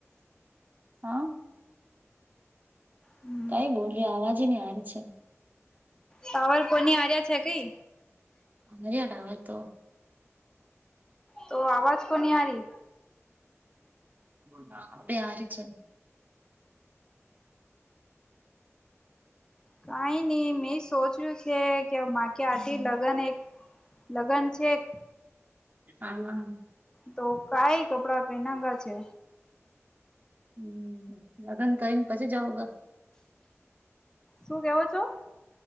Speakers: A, on the right; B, on the left.
A: હા
B: હમ
A: કઈ બોલે આવાજ ની આરી છે.
B: પાવર કોની આર્યા છે કઈ
A: મર્યાડા હોય તો
B: તો અવાજ પની આરી.
A: ના અવે આરી છે
B: કઈ નઈ મેં સોચ્યું છે, કે માકે આથી લગન એક લગન છે એક
A: <inaudible>
B: તો કઈ કપડા પહેનાંગા છે.
A: હમ લગન કઈને પસી જાઓ ગ
B: શું કેવો છો?